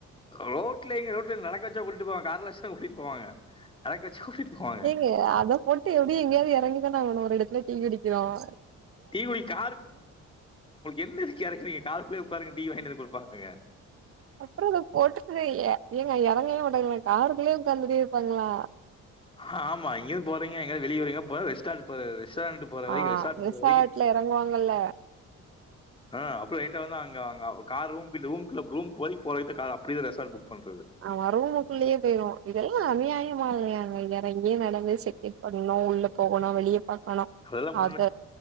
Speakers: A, on the left; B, on the right.
A: ரோட்லைங்க ரோட்ல என்ன நடக்கவெச்சா கூட்டிட்டு போவேன் கார்ல வெச்சு கூட்டிட்டு போவாங்க நடக்க வச்சா கூட்டிட்டு போவாங்க
B: ஏங்க அத போட்டு எப்டி எங்கயாவது எறங்கி எங்க நான் ஒரு எடத்துல டீ வெடிக்கலாம்
A: டீ வாங்கி கார்க்கு என்ன கேரெக்டரு நீங்க கார் குள்ளயே ஒக்காருங்க டீ வாங்கினு வந்து குடுப்பாங்கங்க
B: அப்புறம் அத போட்டுகவே இல்ல ஏங்க எறங்கவே விடல கார் குள்ளயே ஒக்காந்துட்டேயிருப்பாங்களா
A: ஆஹா ஆமா எங்கயாவது போரீங்க எங்கயாவது வெளியகிளிய போறீங்க ரெஸ்டாரண்ட் ரெஸ்டாரண்ட் போற வரைக்கும்
B: ஆஹ்
A: ரெஸ்டாரண்ட்
B: ரிசார்ட்ல
A: போற
B: இறங்குவாங்கல்ல
A: ஆஹ் அப் ஸ்ட்ரைட்டா வந்து அங்க அங்க கார் ரூம் பில் ரூம்குள்ள ரூம் போய் போய்ட்டு கார் அப்படியே ரெஸ்டாரண்ட் புக் பண்றது
B: ஆஹ் ரூமக்குள்ளேயே பொய்ருவோம் இதெல்லாம் அநியாயம் இல்லையா இறங்கி நடந்து செட்டில் பண்ணனும் உள்ள போகணும் வெளியே பாக்கணும்
A: அதெல்லாம் முன்ன
B: அத